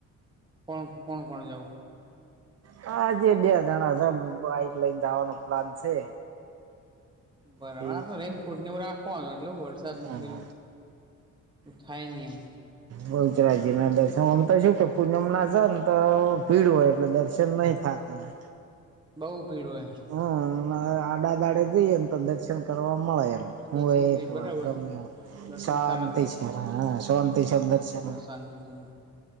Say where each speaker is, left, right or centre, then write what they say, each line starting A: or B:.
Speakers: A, on the right; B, on the right.
A: કોણ કોણ કોણ જાઉ
B: હ આજે બે જણા છે બાઈક લઈને આવવાનો પ્લાન છે.
A: બરાબર
B: તે
A: આ તો રેનકોટ ને એવું રાખવાનું એટલેું વરસાદ
B: હા
A: ન પેલું-' થાાય નય આમ
B: બહુચરાજીના દર્શન તો ઓમ તો પૂનમ ના તો ભીડ હોય એટલે દર્શન નહી થતા હોય.
A: બહુ ભીડ હોય.
B: હમ આડાદાડે જઈએ એમ તો દર્શન કરવા મળે એમ હું
A: દર્શન
B: એ
A: થઈ
B: તો
A: બરાબર
B: વા ગમે
A: દર્શન
B: શાંતિ
A: સારા થાય
B: છે હ શાંતિ છે દર્શન
A: શાંતથી.